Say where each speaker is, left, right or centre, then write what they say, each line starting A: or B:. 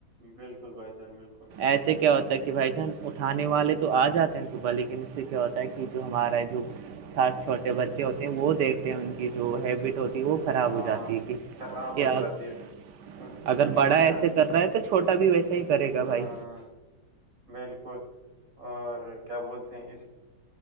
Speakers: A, on the right; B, on the right.
A: بالکل بھائی جان بالکل
B: ایسے کیا ہوتا ہے کہ بھائی جان اٹھانے والے تو آ جاتے ہیں صبح لیکن اس سے کیا ہوتا ہے کہ جو ہمارا جو ساتھ چھوٹے بچے ہوتے ہیں وہ دیکھتے ہیں ان کی جو ہیبٹ ہوتی ہے وہ خراب
A: ہاں
B: ہو جاتی کہ
A: خراب
B: کیاپ
A: ہو جاتی ہے اُن-
B: اگر
A: وہی
B: بڑا ایسے
A: نا
B: کر رہا ہے تو چھوٹا بھی ویسے ہی کرے گا بھائی
A: ہاں بالکل اور کیا بولتے ہیں اس